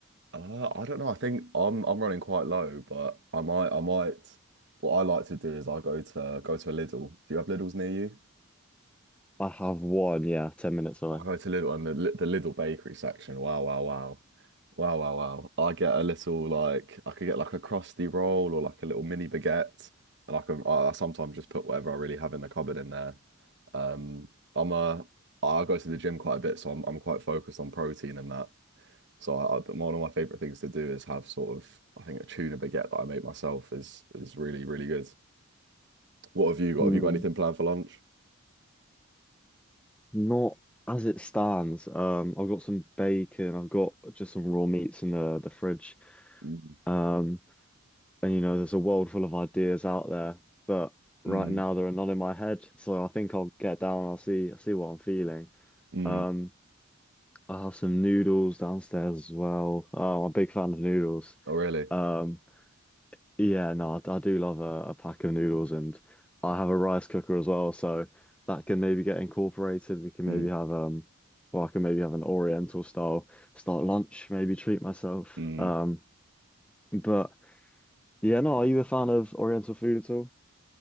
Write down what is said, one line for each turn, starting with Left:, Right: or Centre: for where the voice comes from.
Right: Uh, I don't know. I think I'm I'm running quite low, but I might I might what I like to do is I go to go to a Lidl. Do you have Lidls near you?
Centre: I have one, yeah, 10 minutes away.
Right: I go to Lidl and the, Li- the Lidl bakery section. Wow, wow, wow. Wow, wow, wow. I get a little like I could get like a crusty roll or like a little mini baguette. And I can I I sometimes just put whatever I really have in the cupboard in there. Um I'm a I go to the gym quite a bit, so I'm I'm quite focused on protein and that. So I, I, one of my favorite things to do is have sort of I think a tuna baguette that I make myself is is really, really good. What have you got?
Centre: Hmm.
Right: Have you got anything planned for lunch?
Centre: Not as it stands. Um, I've got some bacon. I've got just some raw meats in the the fridge.
Right: Mm,
Centre: Um, and you know, there's a world full of ideas out there, but right
Right: mm,
Centre: now there are none in my head. So I think I'll get down. I'll see. I'll see what I'm feeling.
Right: mm.
Centre: Um, I have some noodles downstairs as well. Uh, I'm a big fan of noodles.
Right: Oh really?
Centre: Um, yeah, no, I, I do love a, a pack of noodles, and I have a rice cooker as well, so that can maybe get incorporated. We can
Right: Mm,
Centre: maybe have um, well, I can maybe have an Oriental style start lunch, maybe treat myself.
Right: mm.
Centre: Um, but yeah, no, are you a fan of Oriental food at all?